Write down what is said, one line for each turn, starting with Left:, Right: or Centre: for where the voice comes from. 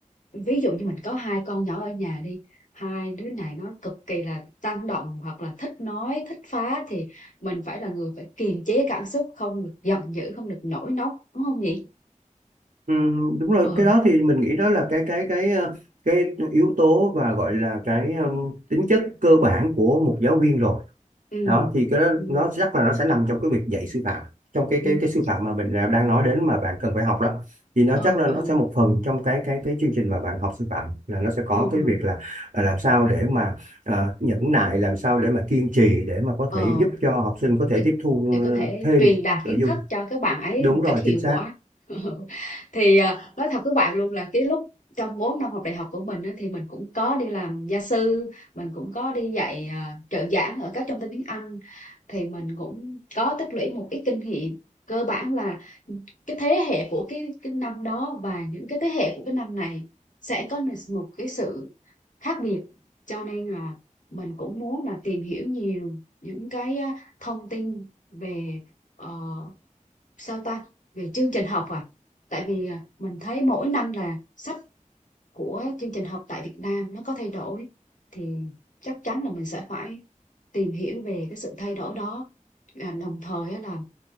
Left: ví dụ như mình có hai con nhỏ ở nhà đi hai đứa này nó cực kỳ là tăng động hoặc là thích nói thích phá thì mình phải là người phải kiềm chế cảm xúc không được giận dữ không được nổi nóng đúng không nhỉ
Right: Ừ, đúng rồi
Left: ờ
Right: cái đó thì mình nghĩ đó là cái cái cái ờ, cái yếu tố và gọi là cái ừm, tính chất cơ bản của một giáo viên rồi
Left: ừ
Right: đó thì cái đó
Left: ừ
Right: nó chắc là nó sẽ nằm trong cái việc dạy sư phạm trong cái
Left: ừ
Right: cái cái sư phạm mà mình là đang nói đến mà bạn cần phải học đó thì nó
Left: ừ
Right: chắc là
Left: ừ
Right: nó sẽ một phần trong cái cái cái chương trình mà bạn học sư phạm là nó sẽ có
Left: ừ
Right: cái
Left: ừ
Right: việc là là làm sao để mà ờ, nhẫn nại làm sao để mà kiên trì để mà có
Left: Ờ.
Right: thể giúp cho học sinh có
Left: để,
Right: thể tiếp thu
Left: để
Right: ờ,
Left: có thể
Right: thêm
Left: truyền đạt
Right: nội
Left: kiến
Right: dung
Left: thức cho các bạn ấy
Right: đúng
Left: một
Right: rồi
Left: cách hiệu
Right: chính xác
Left: quả <laughs> thì à, nói thật với bạn luôn là cái lúc trong 4 năm học đại học của mình á, thì mình cũng có đi làm gia sư mình cũng có đi dạy à, trợ giảng ở các trung tâm tiếng Anh thì mình cũng có tích lũy một ít kinh nghiệm cơ bản là cái thế hệ của cái cái năm đó và những cái thế hệ của cái năm này sẽ có một cái sự khác biệt cho nên là mình cũng muốn là tìm hiểu nhiều những cái thông tin về ờ, sao ta về chương trình học à tại vì à, mình thấy mỗi năm là sách của chương trình học tại Việt Nam nó có thay đổi thì chắc chắn là mình sẽ phải tìm hiểu về cái sự thay đổi đó à, đồng thời á là